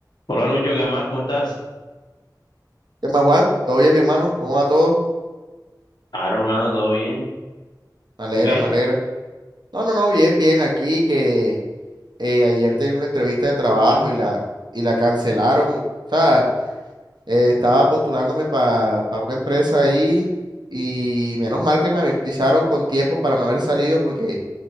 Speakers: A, on the left; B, on the right.
A: Hola Lucho, ¿qué más? ¿Cómo estás?
B: ¿Qué más, Juan? ¿Todo bien, mi hermano? ¿Cómo va todo?
A: Claro, hermano, ¿todo bien?
B: Me alegra,
A: ¿Tú qué?
B: me alegra. No, no, no, bien, bien. Aquí que eh, ayer tenía una entrevista de trabajo y la, y la cancelaron. O sea, eh, estaba postulándome para una empresa ahí y menos mal que me avisaron con tiempo para no haber salido porque